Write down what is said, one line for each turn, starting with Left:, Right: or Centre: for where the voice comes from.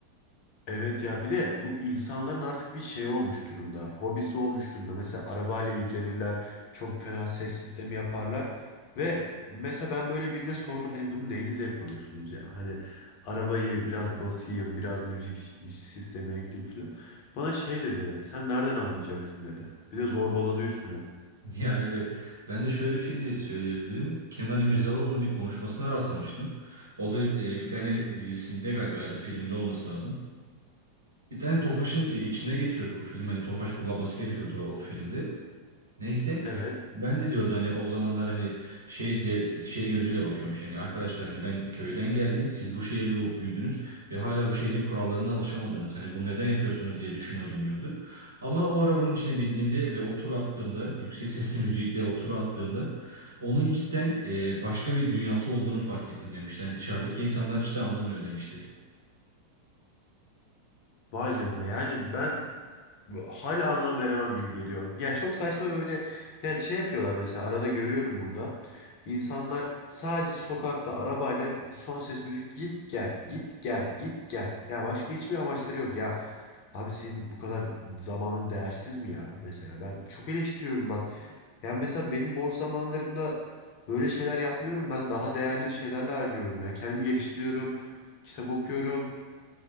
Left: Evet ya bir de bu insanların artık bir şey olmuş durumda. Hobisi olmuş durumda. Mesela arabayla ilgilenirler. Çok fena ses sistemi yaparlar. Ve mesela ben böyle birine sordum. Hani bunun neyini zevk alıyorsunuz ya? Hani arabayı biraz basayım, biraz müzik si- sistemi ekleyeyim falan. Bana şey dedi. Sen nereden anlayacaksın dedi. Bir de zorbaladı üstüne.
Right: Ya evet. Ben de şöyle bir şey diye söyleyebilirim. Kenan İmirzalıoğlu'nun bir konuşmasına rastlamıştım. O da e, bir tane dizisinde galiba ya da filminde olması lazım. Bir tane Tofaş'ın e, içine geçiyordu bu film. Hani Tofaş kullanması gerekiyordu o filmde. Neyse.
Left: Evet.
Right: Ben de diyordu hani o zamanlar hani şey diye şey gözüyle bakıyormuş hani arkadaşlar hani ben köyden geldim siz bu şehirde doğup büyüdünüz ve hala bu şehrin kurallarına alışamadınız hani bunu neden yapıyorsunuz diye düşünüyordum diyordu. Ama o arabanın içine bindiğimde ve o turu attığımda yüksek sesli <laughs> müzikle o turu attığımda onun cidden e, başka bir dünyası olduğunu fark ettim demişti. Yani dışarıdaki insanlar cidden anlamıyor demişti.
Left: Vay canına yani ben hala anlam veremem gibi geliyor. Ya çok saçma böyle ya şey yapıyorlar mesela arada görüyorum burada. İnsanlar sadece sokakta arabayla son ses müzik git gel git gel git gel. Ya başka hiçbir amaçları yok ya. Abi senin bu kadar zamanın değersiz mi ya mesela? Ben çok eleştiriyorum bak. Yani mesela benim boş zamanlarımda böyle şeyler yapmıyorum. Ben daha değerli şeylerle harcıyorum ya. Kendimi geliştiriyorum, kitap okuyorum,